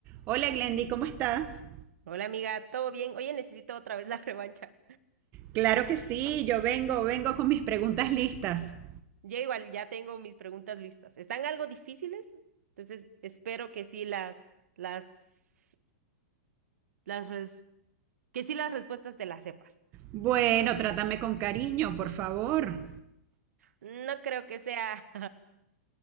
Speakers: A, on the right; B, on the right.
A: Hola Glendy, ¿cómo estás?
B: Hola amiga, ¿todo bien? Oye, necesito otra vez la <laughs> revancha.
A: Claro que sí, yo vengo, vengo con mis preguntas listas.
B: Ya igual, ya tengo mis preguntas listas. Están algo difíciles, entonces espero que sí las, las, las, res- que sí las respuestas te las sepas.
A: Bueno, trátame con cariño, por favor.
B: No creo que sea